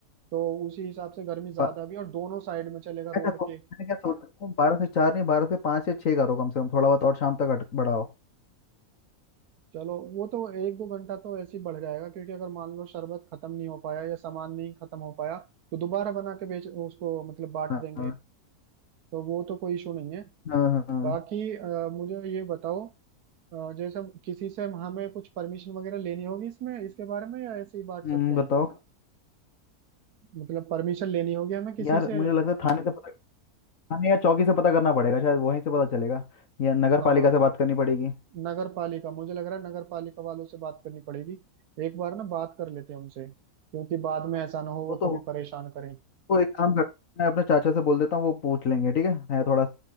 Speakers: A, on the right; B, on the left.
A: तो उसी हिसाब से गर्मी ज्यादा
B: ब-
A: भी और दोनों साइड में चलेगा रोड
B: ऐसा सोच
A: के
B: मैंने क्या सोचा बारह से चार नहीं बारह से पाँच या छः करो कम से कम थोड़ा बहुत और शाम तक अट- बढ़ाओ
A: चलो वो तो एक दो घंटा तो ऐसे ही बढ़ जाएगा क्योंकि अगर मान लो शरबत खत्म नहीं हो पाया या सामान नहीं खत्म हो पाया तो दोबारा बना के बेच उसको मतलब बांट
B: हाँ
A: देंगे
B: हाँ
A: तो वो तो कोई इशू नहीं है
B: हाँ हाँ।
A: बाकी अ, मुझे ये बताओ अ, जैसे किसी से हमें कुछ परमिशन वगैरह लेनी होगी इसमें इसके बारे में या ऐसे ही बांट
B: हम्म
A: सकते
B: बताओ
A: हैं मतलब परमिशन लेनी होगी हमें किसी
B: यार
A: से
B: मुझे लगता है थाने से पता हमें या चौकी से पता करना पड़ेगा शायद वहीं से पता चलेगा या नगर
A: हाँ
B: पालिका से बात करनी पड़ेगी
A: नगर पालिका मुझे लग रहा है नगर पालिका वालों से बात करनी पड़ेगी एक बार ना बात कर लेते हैं उनसे क्योंकि बाद में ऐसा ना हो वो
B: वो तो
A: कभी परेशान करें
B: वो एक काम करते हैं मैं अपने चाचा से बोल देता हूँ वो पूछ लेंगे ठीक है है थोड़ा